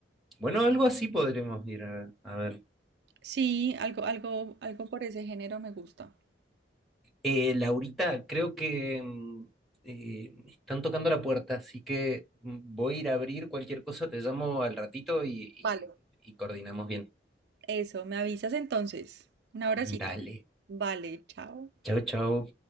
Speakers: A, in the centre; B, on the right.
A: Bueno, algo así podremos ir a, a ver.
B: Sí, algo, algo, algo por ese género me gusta.
A: Eh, Laurita, creo que mm, eh, están tocando la puerta, así que mm, voy a ir a abrir cualquier cosa, te llamo al ratito y y-
B: Vale.
A: y coordinamos bien.
B: Eso, me avisas entonces. Un abracito.
A: Dale.
B: Vale, chao.
A: Chau, chau.